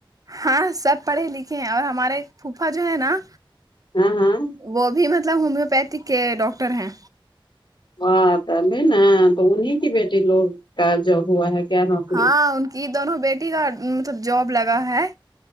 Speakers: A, on the right (about 40°); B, on the left (about 55°).
A: ہاں سب پڑھے لکھے ہیں اور ہمارے پھوپا جو ہے نا
B: ہاں ہاں
A: وہ بھی مطلب ہومیو پیتھی کے ڈاکٹر ہیں
B: ہاں تبھی نا تو انیں کی بیٹی لوگ کا جوب ہوا ہے کیا نوکری
A: ہاں ان کی دونوں بیٹی کا مطلب جاب لگا ہے